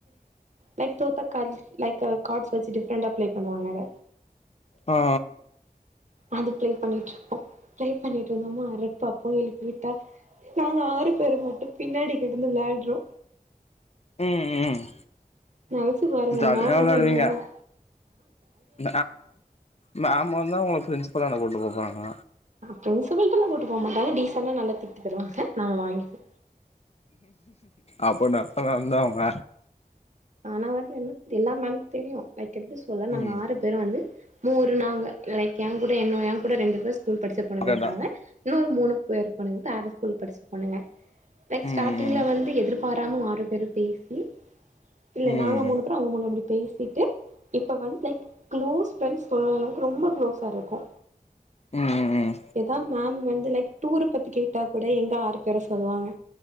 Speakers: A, on the right (about 50°); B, on the left (about 45°).
A: லைக் தோத்தக்கால் லைக் அ காட்ஸ் வச்சி டிஃப்ரண்டா ப்ளே பண்ணுவாங்க அத
B: ஆ
A: அது ப்ளே பண்ணிட்டு ப்ளே பண்ணிட் இருந்தோமா ரெட் பா போயி எழுப்பி விட்டா நாங்க ஆறு பேர் மொட்டு பின்னாடி கெடுந்து விளாட்றோ
B: ம் ம்
A: நெலச்சு பாருங்க
B: ஜாலியா
A: மேம்
B: வெளாடுவீங்க
A: வந்து என்னனெனங்
B: <unintelligible> மேம் வந்தா ஒங்ள ஃப்ரின்ஸ்பலான கூட்டு போப்போறாங்க
A: பிரின்சிபல்ட்டலா கூட்டு போவ் மாட்டாங்க டீசன்டா நல்ல திட்டி தருவாங்க நாங்க வாங்கிப்போ
B: அப்போ நப்த மேம் தா அவுங்க
A: ஆனா வந்து என்ன எல்லா மேம்க் தெரியு லைக் எப்டி சொல்ல நாங்க
B: ம்
A: ஆறு பேரு வந்து மூரு நாங்க லைக் எ கூட என்னோ ஏ கூட ரெண்டு பேர் ஸ்கூல் படிச்ச பொண்ணுங்க
B: கேட்டா
A: இருக்காங்க இன்னொரு மூணு பேரு பொண்ணுங்க வேற ஸ்கூல படிச்ச பொண்ணுங்க லைக்
B: ம்
A: ஸ்டாடிங்ள
B: ம்
A: வந்து எதிர்ப் வராம ஆறு பேரு பேசி இல்ல
B: ம்
A: நாங்க மூணு பேரு அவுங்க மூணு அப்டி பேசிட்டு இப்ப வந்த் லைக் க்ளோஸ் ஃப்ரெண்ட்ஸ் சொல்ற அளவுக்கு ரொம்ப குளோஸா இருக்கோ
B: ம் ம்
A: எதா மேம் வந் து லைக் டூரு பத்தி கேட்டா கூட எங்க ஆறு பேர சொல்வாங்க